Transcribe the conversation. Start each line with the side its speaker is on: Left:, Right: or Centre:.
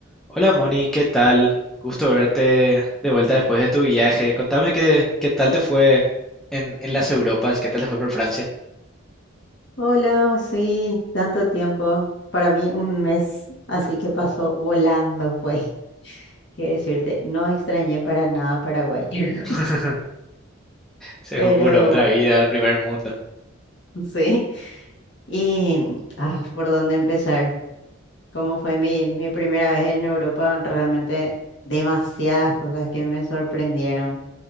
Centre: Hola Moni, ¿qué tal? Gusto verte de vuelta después de tu viaje. Contame qué, qué tal te fue en, en las Europas, qué tal te fue por Francia.
Left: Hola, sí, tanto tiempo. Para mí un mes, así que pasó volando, fue. <laughs> Quiero decirte, no extrañé para nada Paraguay, <laughs>
Centre: <laughs> Seguro,
Left: pero
Centre: otra vida, el primer mundo.
Left: sí. Y ah, ¿por dónde empezar? Como fue mi, mi primera vez en Europa, realmente demasiadas cosas que me sorprendieron.